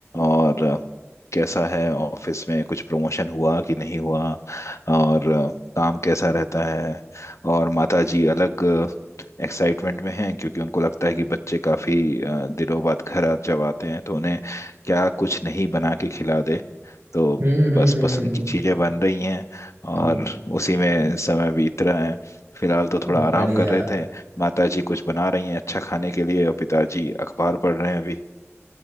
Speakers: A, on the left (about 70°); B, on the right (about 60°).
A: और अ, कैसा है ऑफिस में कुछ प्रमोशन हुआ कि नहीं हुआ और अ, काम कैसा रहता है और माता जी अलग एक्साइटमेंट में हैं क्योंकि उनको लगता है कि बच्चे काफी अ, दिनों बाद घर आ- जब आते हैं तो उन्हें क्या कुछ नहीं बना के खिला दे तो
B: हम्म हम्म
A: बस
B: हम्म,
A: पसंद की चीजें बन रही हैं
B: हम्म,
A: और उसी में समय बीत रहा है फिलहाल तो
B: हम्म,
A: थोड़ा आराम
B: बढ़िया
A: कर रहे थे माताजी कुछ बना रही हैं अच्छा खाने के लिए और पिताजी अखबार पढ़ रहे हैं अभी